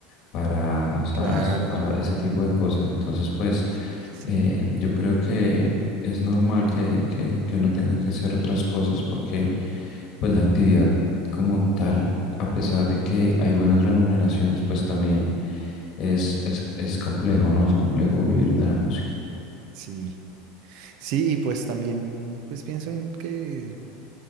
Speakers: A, on the left; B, on the right.
A: para, ¿sabes?
B: claro.
A: Para ese tipo de cosas. Entonces, pues,
B: Sí, sí, sí.
A: eh, yo creo que es normal que, que, que uno tenga que hacer otras cosas porque, pues, la actividad como tal, a pesar de que hay buenas remuneraciones, pues también es, es, es complejo, ¿no? Es complejo vivir de la música.
B: Sí. Sí, y pues también, pues pienso en que